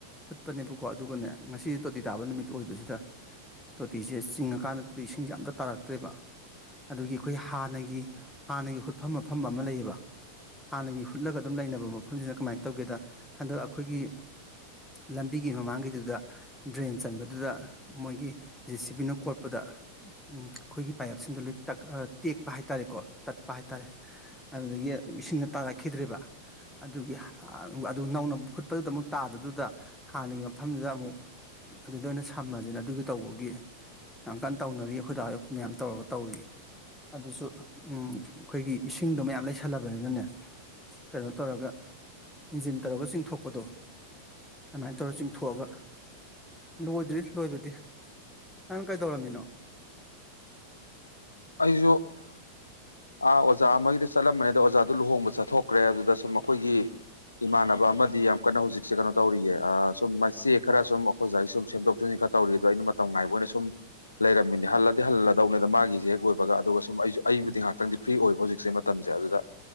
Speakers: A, in the centre; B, on the left (about 80°).
A: ꯎꯠꯄꯅꯦꯕꯀꯣ ꯑꯗꯨꯒꯅꯦ ꯉꯁꯤ ꯇꯣꯇꯤ ꯇꯥꯕ ꯅꯨꯃꯤꯠ ꯑꯣꯏꯕꯁꯤꯗ ꯇꯣꯇꯤꯁꯦ ꯆꯤꯡꯉꯀꯥꯟꯗꯗꯨꯗꯤ ꯏꯁꯤꯡꯁꯦ ꯑꯝꯇ ꯇꯥꯔꯛꯇ꯭ꯔꯦꯕ ꯑꯗꯨꯒꯤ ꯑꯩꯈꯣꯏ ꯍꯥꯟꯅꯒꯤ ꯍꯥꯟꯅꯒꯤ ꯍꯨꯠꯐꯝ ꯃꯐꯝ ꯑꯃ ꯂꯩꯌꯦꯕ ꯍꯥꯟꯅꯒꯤ ꯍꯨꯠꯂꯒ ꯑꯗꯨꯝ ꯂꯩꯅꯕ ꯃꯐꯝꯁꯤꯅ ꯀꯃꯥꯏꯅ ꯇꯧꯒꯦꯗ ꯍꯟꯗꯛ ꯑꯩꯈꯣꯏꯒꯤ ꯂꯝꯕꯤꯒꯤ ꯃꯃꯥꯡꯒꯤꯗꯨꯗ ꯗ꯭ꯔꯦꯟ ꯆꯟꯕꯗꯨꯗ ꯃꯣꯏꯒꯤ ꯖꯦ ꯁꯤ ꯕꯤꯅ ꯀꯣꯠꯄꯗ ꯎꯝ ꯑꯩꯈꯣꯏꯒꯤ ꯄꯥꯏꯌꯞꯁꯤꯡꯗꯣ ꯂꯣꯏ ꯇ ꯇꯦꯛꯄ ꯍꯥꯏ ꯇꯔꯦꯀꯣ ꯇꯠꯄ ꯍꯥꯏ ꯇꯔꯦ ꯑꯗꯨꯗꯒꯤ ꯏꯁꯤꯡꯅ ꯇꯥꯔꯛꯈꯤꯗ꯭ꯔꯔꯤꯕ ꯑꯗꯨꯒꯤ ꯑꯗꯨ ꯅꯧꯅ ꯍꯨꯠꯄꯗꯨꯗ ꯑꯃꯨꯛ ꯇꯥꯗꯕꯗꯨꯗ ꯍꯥꯟꯅꯒꯤ ꯃꯐꯝꯗꯨꯗ ꯑꯃꯨꯛ ꯑꯗꯨꯗ ꯑꯣꯏꯅ ꯁꯝꯃꯁꯤꯅ ꯑꯗꯨꯒꯤ ꯇꯧꯕꯒꯤ ꯌꯥꯝ ꯀꯟꯅ ꯇꯧꯅꯔꯤ ꯑꯩꯈꯣꯏꯗꯍꯧ ꯑꯩꯈꯣꯏ ꯃꯌꯥꯝ ꯇꯧꯔꯒ ꯇꯧꯔꯤ ꯑꯗꯨꯁꯨ ꯎꯝ ꯑꯩꯈꯣꯒꯤ ꯏꯁꯤꯡꯗꯣ ꯃꯌꯥꯝ ꯂꯩꯁꯜꯂꯕꯅꯤꯅꯅꯦ ꯀꯩꯅꯣ ꯇꯧꯔꯒ ꯏꯟꯖꯤꯟ ꯇꯧꯔꯒ ꯆꯤꯡꯊꯣꯛꯄꯗꯣ ꯑꯗꯨꯃꯥꯏꯅ ꯇꯧꯔ ꯆꯤꯡꯊꯣꯛꯑꯒꯥ ꯂꯣꯏꯗ꯭ꯔꯤ ꯂꯣꯏꯕꯗꯤ ꯅꯪ ꯀꯩꯗꯧꯔꯝꯃꯤꯅꯣ
B: ꯑꯩꯁꯨ ꯑꯥ ꯑꯣꯖꯥ ꯑꯃꯒꯤꯗꯤ ꯆꯠꯂꯝꯕꯅꯤꯗ ꯑꯣꯖꯥꯗꯨ ꯂꯨꯍꯣꯡꯕ ꯆꯠꯊꯣꯛꯈ꯭ꯔꯦ ꯑꯗꯨꯗ ꯁꯨꯝ ꯑꯩꯈꯣꯏꯒꯤ ꯏꯃꯥꯟꯅꯕ ꯑꯃꯗꯤ ꯌꯥꯝ ꯀꯟꯅ ꯍꯧꯖꯤꯛꯁꯦ ꯀꯩꯅꯣ ꯇꯧꯔꯤꯌꯦ ꯁꯨꯝ ꯃꯆꯦ ꯈꯔ ꯁꯨꯝ ꯑꯩ ꯑꯣꯖꯥꯒꯤ ꯁꯨꯝ ꯁꯦꯝꯗꯣꯛ ꯁꯦꯝꯖꯤꯟ ꯈꯔ ꯇꯧꯔꯤ ꯑꯗꯣ ꯑꯩꯅ ꯃꯇꯝ ꯉꯥꯏꯕ ꯑꯣꯏꯅ ꯁꯨꯝ ꯂꯩꯔꯝꯃꯤꯅꯦ ꯍꯜꯂꯗꯤ ꯍꯜꯂꯗꯧꯅꯦꯗ ꯃꯥꯒꯤꯁꯦ ꯂꯣꯏꯕꯒ ꯑꯗꯨꯒ ꯁꯨꯝ ꯑꯩꯁꯨ ꯑꯩꯕꯨꯗꯤ ꯉꯥꯏꯍꯥꯛꯇꯪꯗꯤ ꯐ꯭ꯔꯤ ꯑꯣꯏꯕ ꯍꯧꯖꯤꯛꯁꯦ ꯃꯇꯝꯁꯦ ꯑꯗꯨꯗ